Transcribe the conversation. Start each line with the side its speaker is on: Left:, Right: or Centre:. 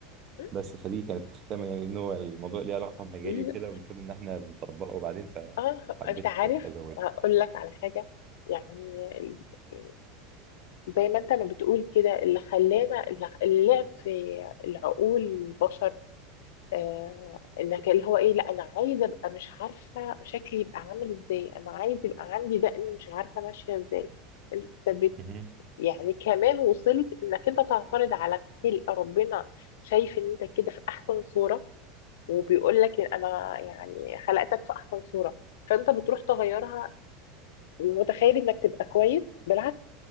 Left: مم.
Right: بس فدي كانت ختامه يعني ان هو الموضوع ليه علاقه بمجالي
Left: لا.
Right: وكده والمفروض ان احنا بنطبقه بعدين فحبيت
Left: اه انت عارف
Right: ازود
Left: هقول لك على حاجه يعني ال- يعني زي ما انت ما بتقول كده اللي خلانا اللي خ- اللعب في العقول البشر آه، انك اللي هو ايه لا انا عايزه ابقى مش عارفه شكلي يبقى عامل ازاي انا عايز يبقى عندي دقن مش عارفه ماشيه ازاي انت بت
Right: مهم.
Left: يعني كمان وصلت انك انت تعترض على خلق ربنا شايف ان انت كده في احسن صوره وبيقول لك انا يعني خلقتك في احسن صوره فانت بتروح تغيرها متخيل انك تبقى كويس بالعكس